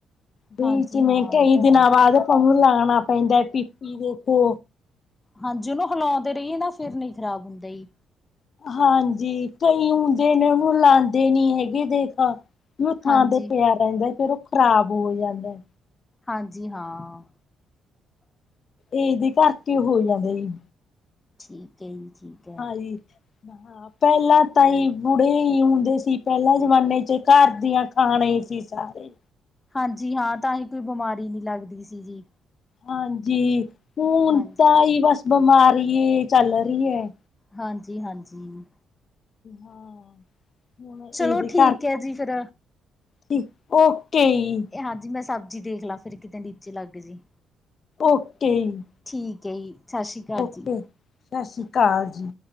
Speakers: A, on the left; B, on the left.
A: ਬਈ
B: ਹਾਂਜੀ
A: ਜਿਵੇਂ
B: ਹਾਂ
A: ਕਈ
B: ਇਹ ਤਾਂ
A: ਦਿਨਾਂ
B: ਹੈ
A: ਬਾਅਦ ਪੰਪ ਲਾਉਣਾ ਪੈਂਦਾ ਪੀਪੀ ਦੇਖੋ
B: ਹਾਂਜੀ, ਉਹਨੂੰ ਹਿਲਾਉਂਦੇ ਰਹੀਏ ਨਾ ਫਿਰ ਨਹੀਂ ਖ਼ਰਾਬ ਹੁੰਦਾ ਹੀ।
A: ਹਾਂਜੀ, ਕਈ ਹੁੰਦੇ ਨੇ ਉਹਨੂੰ ਲਾਦੇ ਨੀ ਹੈਗੇ ਦੇਖ ਵੀ ਥਾਂ
B: ਹਾਂਜੀ
A: ਤੇ ਪਿਆ ਰਹਿੰਦਾ, ਫੇਰ ਉਹ ਖ਼ਰਾਬ ਹੋ ਜਾਂਦਾ।
B: ਹਾਂਜੀ, ਹਾਂ।
A: ਇਹਦੇ ਕਰਕੇ ਹੋ ਜਾਂਦੇ ਨੇ।
B: ਠੀਕ। ਹੈ ਜੀ ਠੀਕ ਹੈ
A: ਹਾਂਜੀ ਹਾਂ ਪਹਿਲਾਂ ਤਾਂ ਹੀ ਬੁੜੇ ਹੀ ਹੁੰਦੇ ਸੀ ਪਹਿਲਾਂ ਜ਼ਮਾਨੇ ਚ ਘਰ ਦੀਆਂ ਖਾਣੇ ਹੀ ਸੀ ਸਾਰੇ।
B: ਹਾਂਜੀ ਹਾਂ, ਤਾਂਹੀ ਕੋਈ ਬਿਮਾਰੀ ਨਹੀਂ ਲੱਗਦੀ ਸੀ ਜੀ।
A: ਹਾਂਜੀ, ਹੁਣ
B: ਹਾਂਜੀ
A: ਤਾਂ ਹੀ ਬਸ ਬਿਮਾਰੀ ਚੱਲ ਰਹੀ ਹੈ।
B: ਹਾਂਜੀ, ਹਾਂਜੀ।
A: ਹਾਂ, ਹੁਣ ਇਹਦੇ
B: ਚਲੋ ਠੀਕ
A: ਘਰ
B: ਹੈ ਜੀ ਫਿਰ
A: ਠੀਕ ਓਕੇ ਜੀ।
B: ਇਹ ਹਾਂਜੀ ਮੈਂ ਸਬਜ਼ੀ ਦੇਖ ਲਾ, ਫਿਰ ਕਿਤੇ ਨੀਚੇ ਲੱਗ ਜੀ।
A: ਓਕੇ ਜੀ,
B: ਠੀਕ ਏ ਜੀ, ਸਤਿ ਸ਼੍ਰੀ ਅਕਾਲ
A: ਓਕੇ
B: ਜੀ।
A: ਸਤਿ ਸ੍ਰੀ ਅਕਾਲ ਜੀ,